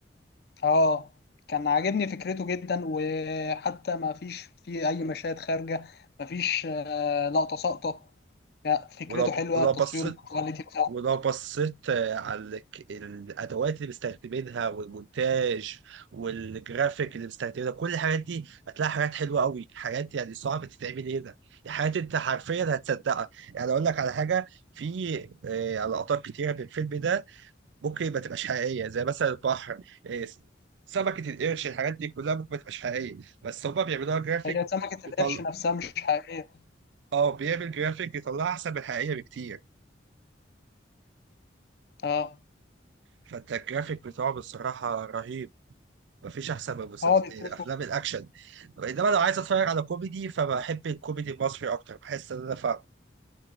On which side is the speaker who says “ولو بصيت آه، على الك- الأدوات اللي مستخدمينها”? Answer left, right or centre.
Right